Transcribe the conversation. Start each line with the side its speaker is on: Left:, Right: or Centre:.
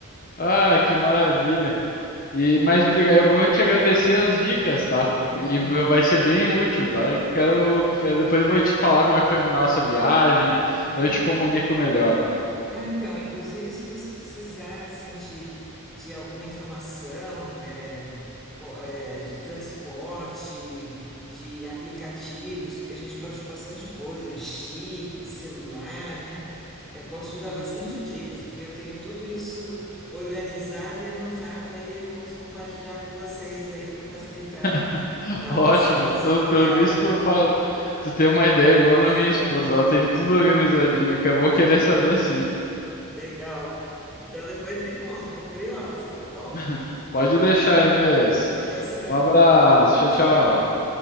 Left: Ah, que maravilha. E mais obrigado, eu vou te agradecer as dicas, tá? Porque-
Centre: Uhum,
Left: e vai ser bem útil, tá? Eu quero, quero- depois eu vou te falar como é que foi a nossa viagem,
Centre: uhum.
Left: eu te comunico melhor.
Centre: Ah, então, inclusive se você precisar assim de, de alguma informação eh, co- eh, de transporte, de aplicativos, porque a gente baixou bastante coisa, de chip, de celular, né? Eu posso te
Left: Uhum.
Centre: dar bastante dicas, porque eu tenho tudo isso organizado e anotado, aí eu posso compartilhar com vocês aí para facilitar
Left: <laughs>
Centre: a,
Left: Ótimo.
Centre: a, su- a sua
Left: Pelo,
Centre: viagem.
Left: pelo visto, tu, fa- tu tem uma ideia igual
Centre: Aham,
Left: da minha esposa, ela tem tudo organizadinho, que eu vou querer saber sim.
Centre: legal. Então depois me conta, estou curiosa, tá bom?
Left: <laughs> Pode deixar, Inês.
Centre: Um abração.
Left: Um abraço.
Centre: Tchau.
Left: Tchau, tchau.